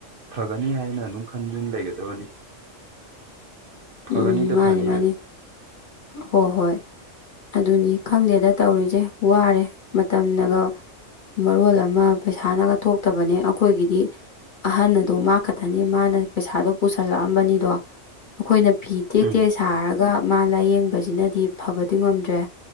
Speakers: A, on the right; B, on the left.
A: ꯐꯒꯅꯤ ꯍꯥꯏꯅ ꯑꯗꯨꯝ ꯈꯟꯗꯨꯅ ꯂꯩꯒꯗꯕꯅꯤ
B: ꯎꯝ
A: ꯐꯒꯅꯤꯗ
B: ꯃꯥꯅꯤ
A: ꯐꯅꯤꯗ
B: ꯃꯥꯅꯤ ꯍꯣꯏ ꯍꯣꯏ ꯑꯗꯨꯅꯤ꯫ ꯈꯪꯗꯦꯗ ꯇꯧꯔꯤꯁꯦ ꯋꯥꯔꯦ ꯃꯇꯝꯅꯒ ꯃꯔꯣꯜ ꯑꯃ ꯄꯩꯁꯥꯅꯒ ꯊꯣꯛꯇꯕꯅꯦ ꯑꯩꯈꯣꯏꯒꯤꯗꯤ ꯑꯍꯟ ꯑꯗꯣ ꯃꯥ ꯈꯛꯇꯅꯤ ꯃꯥꯅ ꯄꯩꯁꯥꯗꯣ ꯄꯨꯁꯜꯂꯛꯑꯝꯕꯅꯤꯗꯣ ꯑꯩꯈꯣꯏꯅ ꯐꯤ ꯇꯦꯛꯇꯦꯛ
A: ꯎꯝ
B: ꯁꯥꯔꯒ ꯃꯥ ꯂꯥꯏꯌꯦꯡꯕꯁꯦ ꯁꯤꯅꯗꯤ ꯐꯕꯗꯤ ꯉꯝꯗ꯭ꯔꯦ